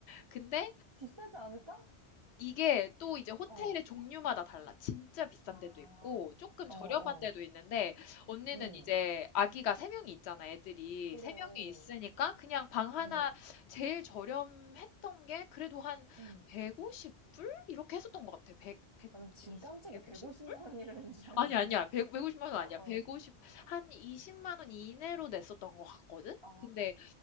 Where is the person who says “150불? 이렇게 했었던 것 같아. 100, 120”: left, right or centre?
Left